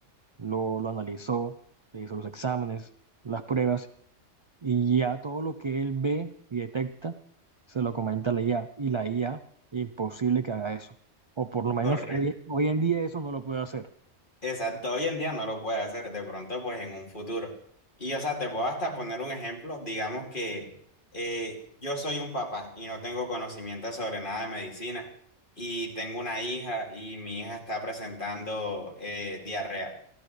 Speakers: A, on the right; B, on the left.
A: lo, lo analizó, le hizo los exámenes, las pruebas y ya todo lo que él ve y detecta se lo comenta a la IA y la IA imposible que haga eso. O por lo menos
B: Correcto.
A: hoy, hoy en día eso no lo puede hacer.
B: Exacto, hoy en día no lo puede hacer, de pronto pues en un futuro. Y o sea, te puedo hasta poner un ejemplo, digamos que eh, yo soy un papá y no tengo conocimiento sobre nada de medicina y tengo una hija y mi hija está presentando eh, diarrea.